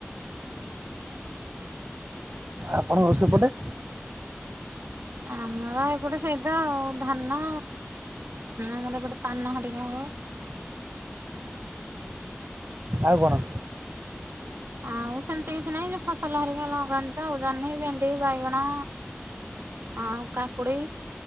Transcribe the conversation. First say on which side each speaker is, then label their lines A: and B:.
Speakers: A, on the right; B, on the right.
A: ଆପଣଙ୍କ ସେପଟେ?
B: ଆମର ଏପଟେ ସେଇ ତ ଆଉ ଧାନ। ଆମର ଏପଟେ ପାନ ହରିକା ହୁଏ।
A: ଆଉ କନା
B: ଆଉ ସେମିତି କିଛି ନାହିଁ ଫସଲ ହରିକା ଲଗାନ୍ତି ତ ଆଉ ଜହ୍ନି, ଭେଣ୍ଡି, ବାଇଗଣ ଆଉ କାକୁଡି,